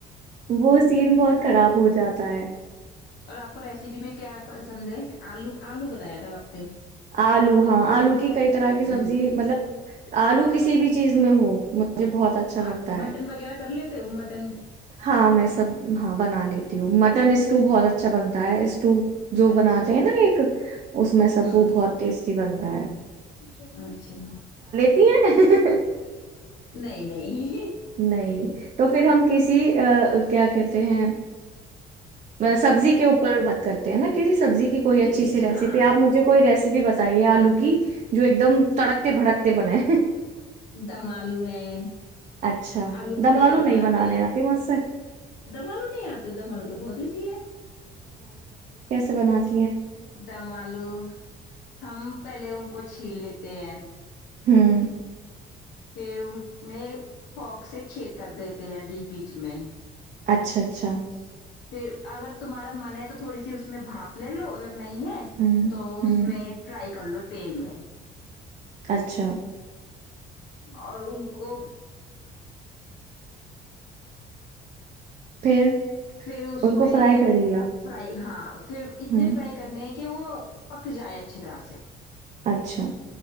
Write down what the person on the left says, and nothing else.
اور آپ کو ریسیپی میں کیا پسند ہے آلو آلو بتایا تھا آپ نے
ہوں
آپ مٹن
وغیرہ کر لیتے ہو مٹن
اچھا
ہوں
اچھا <unintelligible>
نہیں نہیں
ٹھیک
ہے
ہاں
دم آلو ہے
آلو
بھر کے
بناتے
ہیں
دملو نہیں آتے دملو تو بہت ہی سی ہے
دمالو ہم پہلے ان کو چھین لیتے ہیں
پھر میں پوک سے چھید کر دیتے ہیں بیچ بیچ میں
<inaudible> پھر اگر تمہارا من ہے تو تھوڑی سی اس میں بھاپ لے لو نہیں ہے
تو اس
میں فرائی کر لو تیل میں
اور ان کو
پھر اس
میں
فرائی ہاں پھر اتنے
فرائی کرنے کہ وہ پک جائے اچھی طرح سے